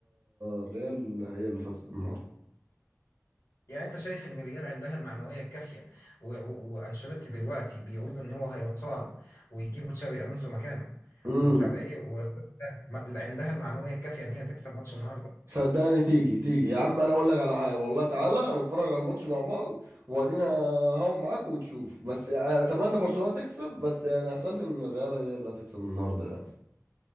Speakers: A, on the right; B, on the left.
A: الريال هي اللي فازت النهارده
B: يعني انت شايف ان الريال عندها المعنويه الكافيه و- و- وانشيلوتي دلوقتي بيقول ان هو هيقال ويجيبوا تشابي الونسو مكانه
A: امم
B: وبتاع ده ايه وكوتا ما- عندها المعنويه الكافيه ان هي تكسب ماتش النهارده
A: صدقني تيجي تيجي يا عم انا اقول لك على حاجه والله تعالى هنتفرج على الماتش مع بعض وادينا هون معاك وتشوف بس اتمنى برشلونه تكسب بس يعني احساس ان الريال هي اللي هتكسب النهارده يعني